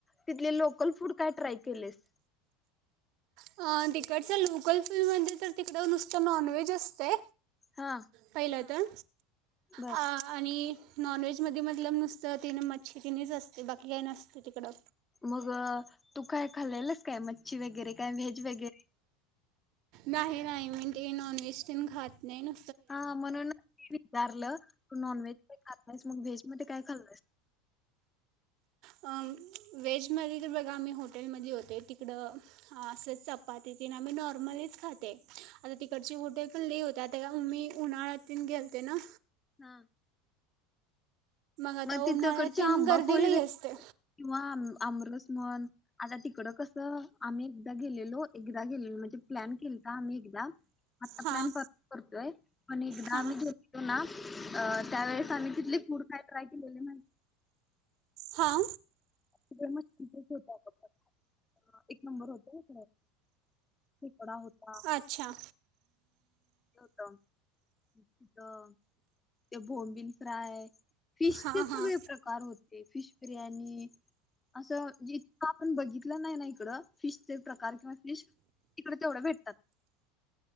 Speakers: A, on the left (about 20°); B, on the right (about 55°).
A: तिथले लोकल फूड काय ट्राय केलेस?
B: अ तिकडचं लोकल फूड म्हणजे तर तिकडं नुसत नॉनव्हेज असते.
A: हा.
B: पहिलं तर
A: बर
B: आ आणि नॉन व्हेजमध्ये -मध्ये तिथलं नुसतं तीन मच्छी तिनच असते बाकी काही नसते तिकडं.
A: मग तू काय खाल्लेलंस काय मच्छी वगैरे काय व्हेज वगैरे?
B: नाही -नाही. मी ते नॉन व्हेज तीन खात नाही ना.
A: हा म्हणून विचारलं तू नॉन व्हेज काही खात नाहीस. मग व्हेज मध्ये काय खाल्ला?
B: व्हेज मध्ये तर बघा आम्ही हॉटेलमधली होते तिकडं हा असंच चपाती तीन आम्ही नॉर्मलीच खाते आता तिकडची हॉटेल पण लय होते. त्यात मी उन्हाळ्याून गेलते ना.
A: हा
B: आता
A: मग
B: उन्हाळ्यात
A: तिथकडची
B: तीन
A: आंबापोळी
B: गर्दी लई
A: वगैरे
B: असते
A: किंवाम आमरस म्हण. आता तिकड कसं आम्ही एकदा गेलेलो -एकदा गेलेलो म्हणजे प्लॅन केलता आम्ही एकदा आता
B: हां
A: प्लॅन परत करतोय. पण एकदा
B: हां
A: आम्ही घेलतो ना अ त्यावेेळेस आम्ही तिथले फूड काय ट्राय केलेले माहिती का.
B: हा.
A: <unintelligible> एक नंबर होत तिथलं खेकडा होता.
B: अच्छा
A: होत तिथ ते बोंबिल फ्राय फिशचे
B: हां
A: सगळे
B: हां
A: प्रकार होते. फिश बिर्याणी असं जे आपण बघितलं नाही ना इकड फिशचे प्रकार किंवा फिश इकड तेवढं भेटतात.